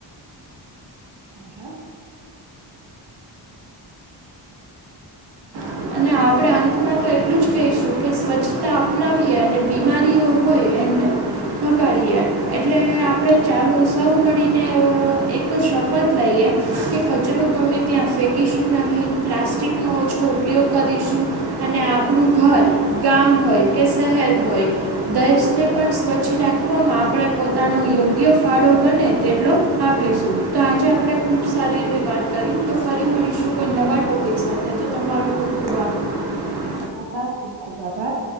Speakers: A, on the right; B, on the right.
A: હા, હા.
B: એમ અને આપણે અંતમાં તો એટલું જ કહીશું કે સ્વચ્છતા અપનાવીએ અને બીમારીઓ હોય એમને ભગાડીએ એટલે આપણે ચાલો સૌ મળીને એ એક શપથ લઈએ કે કચરો ગમે ત્યાં ફેંકીશું નહીં, પ્લાસ્ટિકનો ઓછો ઉપયોગ કરીશું અને આપણું ઘર ગામ હોય કે શહેર હોય દેશને પણ સ્વચ્છ રાખવામાં આપણે પોતાનો યોગ્ય ફાળો બને તેટલો આપીશું. તો આજે આપણે ખૂબ સારી એવી વાત કરી. તો ફરી મળીશું કોઈ નવા ટોપિક સાથે. તો તમારો ખૂબ ખૂબ આભાર.
A: હા, હા. ખુબ ખુબ આભાર.